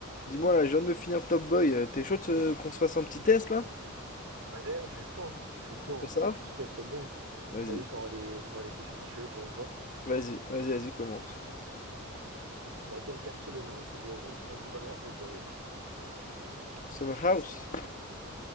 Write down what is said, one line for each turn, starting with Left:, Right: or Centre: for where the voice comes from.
Left: Dis-moi là, je viens de me finir Top Boy. euh, T'es chaud de se- qu'on se fasse un petit test là?
Right: Bah d'ailleurs, je suis chaud. hein. Je suis chaud,
Left: On
Right: enfin.
Left: fait ça?
Right: Petit test, Top Boy. hein.
Left: Vas-y,
Right: Vas-y, je t'envoie les... je t'envoie les questions si tu veux pour une fois.
Left: vas-y, vas-y, vas-y, commence.
Right: Dans quel quartier de Londres se déroule principalement Top Boy?
Left: Summer House?